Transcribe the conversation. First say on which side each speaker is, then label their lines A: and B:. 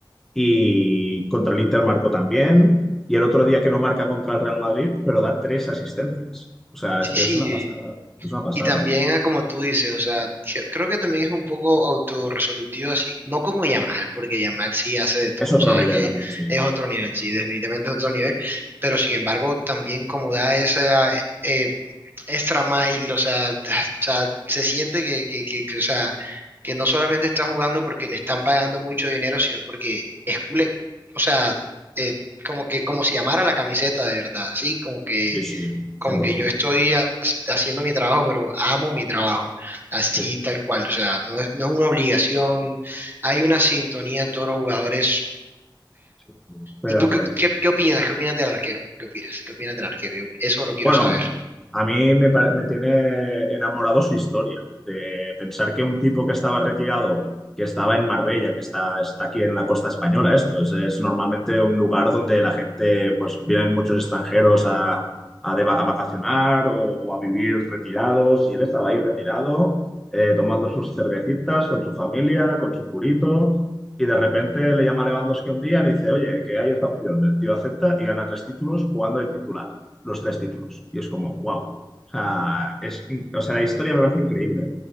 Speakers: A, in the centre; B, on the right.
A: y contra el Inter marcó también y el otro día que no marca contra el Real Madrid, pero da tres asistencias. O sea,
B: Sí,
A: es que
B: sí.
A: es una pasada, es una pasada.
B: Y también, ah, como tú dices, o sea, que- creo que también es un poco autorresolutivo, así, no como Yamal, porque Yamal sí hace de todo,
A: Es otro
B: o sea,
A: nivel
B: es que
A: también, sí.
B: es otro nivel, sí, definitivamente es otro nivel, pero sin embargo, también como da esa eh, extra mile, o sea, t- o sea, se siente que, que, que, que, o sea, que no solamente está jugando porque le están pagando mucho dinero, sino porque es culé, o sea, eh, como que, como si amara la camiseta de verdad, sí, como que
A: Sí, sí,
B: como
A: 100%.
B: que yo estoy ha- haciendo mi trabajo, pero amo mi trabajo, así
A: Sí, sí,
B: tal cual, o sea, no es, no es una obligación, hay una sintonía en todos los jugadores.
A: sí. estoy
B: ¿Y
A: de
B: tú
A: acuerdo.
B: qué, qué, qué opinas? ¿Qué opinas del arquero? ¿Qué opinas? ¿Qué opinas del arquero? Yo- eso lo quiero
A: Bueno,
B: saber.
A: a mí me, pare- me tiene enamorado su historia, de pensar que un tipo que estaba retirado, que estaba en Marbella, que está, está aquí en la costa española, esto es, es normalmente un lugar donde la gente, pues vienen muchos extranjeros a, a de va- a vacacionar o, o a vivir retirados, y él estaba ahí retirado, eh, tomando sus cervecitas con su familia, con su purito. Y de repente le llama a Lewandowski un día y le dice, oye, que hay esta opción. El tío acepta y gana tres títulos jugando de titular los tres títulos. Y es como, wow. O sea, es, o sea, la historia me parece increíble.